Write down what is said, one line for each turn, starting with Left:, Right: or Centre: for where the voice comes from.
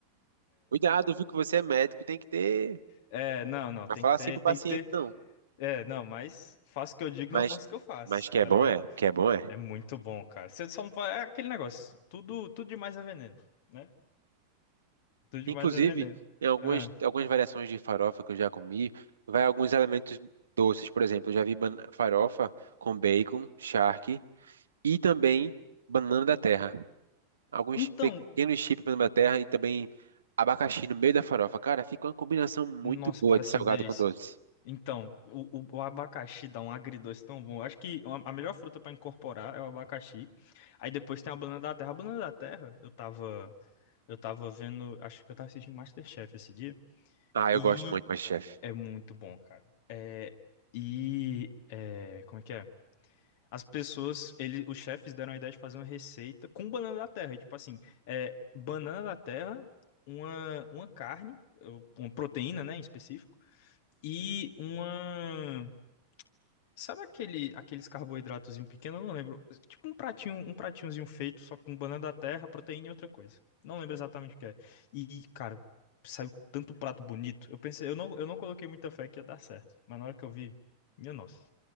Right: Cuidado, viu que você é médico, tem que ter.
Left: É, não, não,
Right: Mas
Left: tem
Right: falar
Left: que ter,
Right: assim pro paciente,
Left: tem que ter.
Right: não.
Left: É, não, mas faço o que eu digo,
Right: Mas,
Left: não faço o que eu faço,
Right: mas que
Left: tá
Right: é bom
Left: ligado?
Right: é, que é bom é.
Left: É muito bom, cara. Você só não vai. É aquele negócio. Tudo, tudo demais é veneno, né? Tudo demais
Right: Inclusive,
Left: é veneno.
Right: em algumas,
Left: Ah.
Right: algumas variações de farofa que eu já comi, vai alguns elementos doces, por exemplo, eu já vi bana- farofa com bacon, charque e também banana da terra. Alguns
Left: Então,
Right: pequenos chips de banana da terra e também abacaxi no meio da farofa. Cara, fica uma combinação muito
Left: nossa,
Right: boa
Left: parece
Right: de salgado
Left: uma delícia.
Right: com doce.
Left: Então, o, o, o abacaxi dá um agridoce tão bom. Eu Acho que a a melhor fruta pra incorporar é o abacaxi. Aí depois tem a banana da terra. A banana da terra, eu tava. Eu tava vendo. Acho que eu tava assistindo MasterChef esse dia.
Right: Ah, eu
Left: E
Right: gosto muito, mas chefe.
Left: é muito bom, cara. É, e é, como é que é? As pessoas, ele, os chefes deram a ideia de fazer uma receita com banana da terra. E, Tipo assim, é, banana da terra, uma, uma carne, ou uma proteína, né, em específico, e uma Sabe aquele, aqueles carboidratozinho pequeno? Eu não lembro. Tipo um pratinho, um pratinhozinho feito, só com banana da terra, proteína e outra coisa. Não lembro exatamente o que é. E, cara, saiu tanto prato bonito. Eu pensei, eu não, eu não coloquei muita fé que ia dar certo. Mas na hora que eu vi, minha nossa,